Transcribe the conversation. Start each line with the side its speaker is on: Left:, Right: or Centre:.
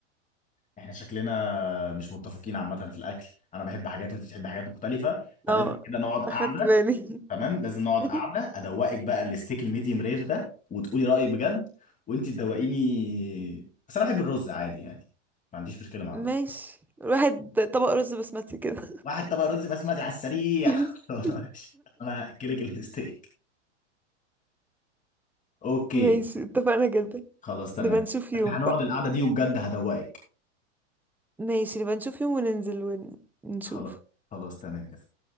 Left: احنا شكلنا مش متفقين عامة في الأكل أنا بحب حاجات وأنت بتحبي حاجات مختلفة فلازم
Centre: اه
Left: كده نقعد قعدة
Centre: اخدت بالي
Left: تمام لازم نقعد
Centre: <laughs>
Left: قعدة أدوقك بقى الستيك الميديم رير ده وتقولي رأيك بجد وأنت تدوقيني بس أنا بحب الرز عادي يعني ما عنديش مشكلة مع الرز
Centre: ماشي الواحد طبق رز بسمتي كده
Left: واحد طبق رز بسمتي على السريع
Centre: <laughs>
Left: <laughs> خلاص ماشي. أنا هأكلك الستيك أوكي
Centre: ماشي اتفقنا جدا
Left: خلاص تمام
Centre: نبقى نشوف يوم
Left: بس هنقعد
Centre: بقى
Left: القعدة دي وبجد هدوقك
Centre: ماشي نبقى نشوف يوم وننزل ونشوف
Left: خلاص خلاص تمام يا فندم.